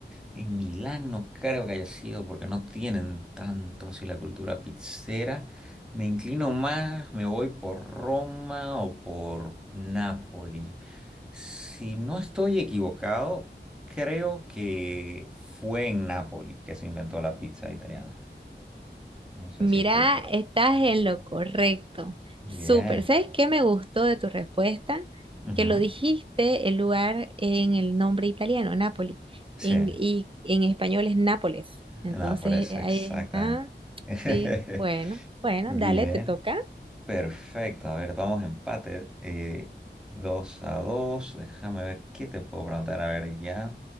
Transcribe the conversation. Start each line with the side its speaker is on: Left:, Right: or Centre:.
Centre: En Milán no creo que haya sido porque no tienen tanto así la cultura pizzera. Me inclino más, me voy por Roma o por Nápoli. Si no estoy equivocado, creo que fue en Nápoli que se inventó la pizza italiana. No sé
Right: Mira,
Centre: si estoy correcto.
Right: estás en lo correcto.
Centre: Bien.
Right: Súper. ¿Sabes qué me gustó de tu respuesta?
Centre: Ujú.
Right: Que lo dijiste el lugar en el nombre italiano, Nápoli,
Centre: Sí.
Right: En- y en español es Nápoles. Entonces,
Centre: No, por eso,
Right: eh,
Centre: exactamente.
Right: ahí, ah,
Centre: <laughs>
Right: sí, bueno, bueno,
Centre: Bien.
Right: dale, te toca.
Centre: Perfecto. A ver, vamos a empate. eh, dos a dos. Déjame ver qué te puedo preguntar. A ver, ya.